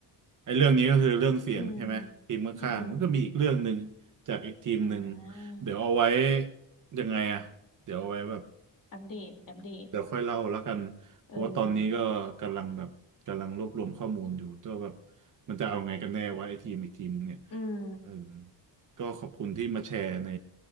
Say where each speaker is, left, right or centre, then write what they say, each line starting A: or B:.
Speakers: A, on the right; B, on the left.
A: ไอ้เรื่องนี้ก็คือเรื่องเสียงใช่ไหมทีมข้างๆมันก็มีอีกเรื่องหนึ่ง
B: อืมอืม
A: จากอีกทีมหนึ่ง
B: อ่า
A: เดี๋ยวเอาไว้ยังไงอะเดี๋ยวเอาไว้แบบ
B: อัปเดตอัปเดต
A: เดี๋ยวค่อยเล่าแล้วกันเพราะว่าตอนนี้ก็กำลังแบบกำลังรวบรวมข้อมูลอยู่ตัวแบบ
B: เออ
A: มันจะเอาไงกันแน่ว่าไอ้ทีมอีกทีมเนี่ย
B: อืม
A: เออก็ขอบคุณที่มาแชร์ใน